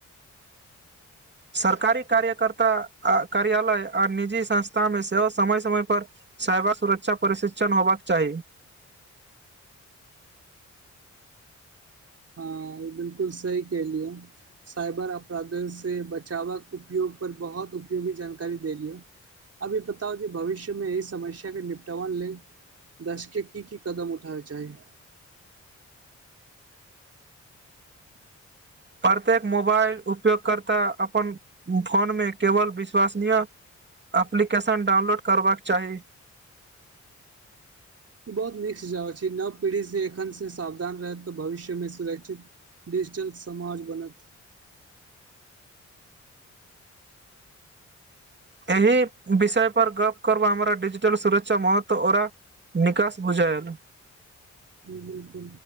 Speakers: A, on the right (about 40°); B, on the right (about 55°).
A: सरकारी कार्यकर्ता आ कार्यालय आर निजी संस्था मे सेहो समय समय पर साइबर सुरक्षा परिशिक्षण होबाक चाही
B: हँ बिलकुल सही कहलियौ साइबर अपराध से बचावक उपयोग पर बहुत उपयोगी जानकारी दे लियऽ अभी बताउ जे भविष्यमे एहि समस्या के निपटाबन लेल दश के की की कदम उठाबके चाही
A: प्रत्येक मोबाइल उपयोगकर्ता अपन फोनमे केवल विश्वसनीय एप्लीकेशन डाउनलोड करबाक चाही
B: ई बहुत नीक सुझाव छी नव पीढ़ी से एखन से सावधान रहत तऽ भविष्यमे सुरक्षित डिजिटल समाज बनत
A: एहि विषय पर गप्प करब हमरा डिजिटल सुरक्षा महत्व ओरा निकास बुझायल
B: बिल्कुल